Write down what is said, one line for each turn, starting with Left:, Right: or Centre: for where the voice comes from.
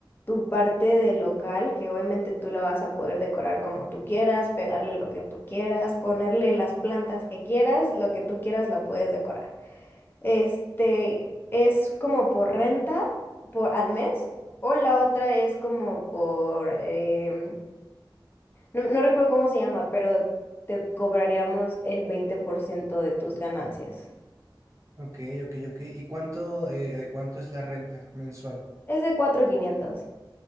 Left: tu parte del local, que obviamente tú lo vas a poder decorar como tú quieras, pegarle lo que tú quieras, ponerle las plantas que quieras, lo que tú quieras lo puedes decorar. Este es como por renta por al mes, o la otra es como por em, no, no recuerdo cómo se llama, pero te cobraríamos el 20% de tus ganancias.
Right: Ok, ok, ok. ¿Y cuánto, eh, de cuánto es la renta mensual?
Left: Es de 4.500.